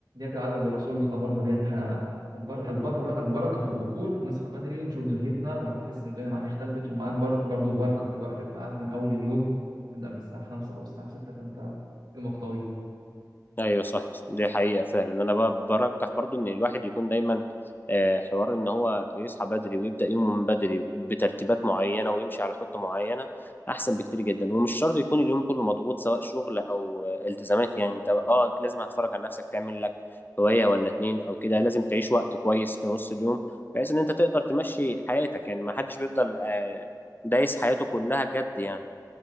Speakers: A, on the right; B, on the left.
A: العادة اللي الرسول امرنا بيها ان احنا البر... البكرة البركة في البكور نصحى بدري نشوف دنيتنا وهتحس ان الدنيا معاك اختلفت ومعاك بر... برضو بركة في الوقت بتاعك من اول اليوم تبدأ من الساعة 5 او الساعة 6 فانت يومك طويل
B: ايوه صح دي حقيقة فعلا انا ب- برجح برضو ان الواحد يكون دايما آه، حوار ان هو يصحى بدري ويبدأ يومه من بدري بترتيبات معينة ويمشي على خطة معينة احسن بكتير جدا ومش شرط يكون اليوم كله مضغوط سواء شغل او آه، التزامات يعني انت اه لازم هتفرج على نفسك تعمل لك هواية ولا اتنين او كده لازم تعيش وقت كويس في نص اليوم بحيث ان انت تقدر تمشي حياتك يعني ما حدش بيفضل آه، دايس حياته كلها جد يعني